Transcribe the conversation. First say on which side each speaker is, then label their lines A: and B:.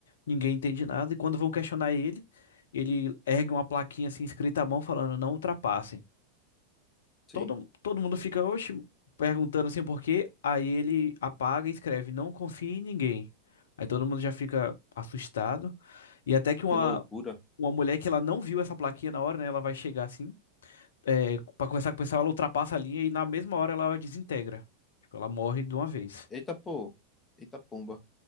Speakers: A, on the left; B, on the left.
A: ninguém entende nada, e quando vão questionar ele, ele ergue uma plaquinha assim escrita à mão falando, não ultrapassem.
B: Sim.
A: Todo, todo mundo fica, oxe, perguntando assim por quê, aí ele apaga e escreve, não confie em ninguém. Aí todo mundo já fica assustado, e até que uma,
B: Que loucura.
A: uma mulher que ela não viu essa plaquinha na hora, né, ela vai chegar assim, é, pra conversar com o pessoal, ela ultrapassa a linha e na mesma hora ela desintegra. Tipo, ela morre de uma vez.
B: Eita, pô. Eita, pomba.